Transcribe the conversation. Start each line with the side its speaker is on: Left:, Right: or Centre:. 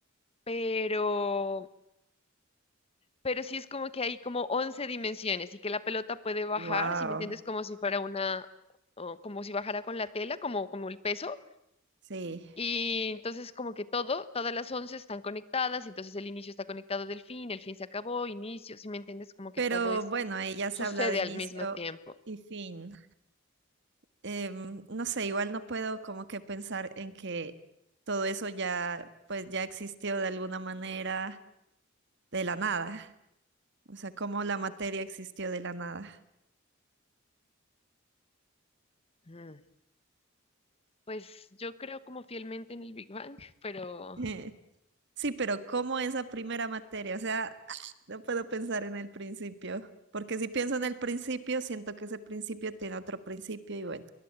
Left: pero, pero sí es como que hay como 11 dimensiones y que la pelota puede bajar,
Right: Wow,
Left: si me entiendes? Como si fuera una, o como si bajara con la tela, como, como el peso.
Right: sí.
Left: Y entonces como que todo, todas las 11 están conectadas, y entonces el inicio está conectado del fin, el fin se acabó, inicio, si me entiendes? Como que
Right: Pero
Left: todo es,
Right: bueno, ahí ya
Left: sucede
Right: se habla de inicio
Left: al mismo tiempo.
Right: y fin. em, no sé, igual no puedo como que pensar en que todo eso ya, pues ya existió de alguna manera de la nada. O sea, cómo la materia existió de la nada.
Left: Mm. Pues yo creo como fielmente en el Big Bang, pero...
Right: <laughs> Sí, pero cómo esa primera materia, o sea, <sighs> <smacks lips> no puedo pensar en el principio, porque si pienso en el principio, siento que ese principio tiene otro principio y bueno,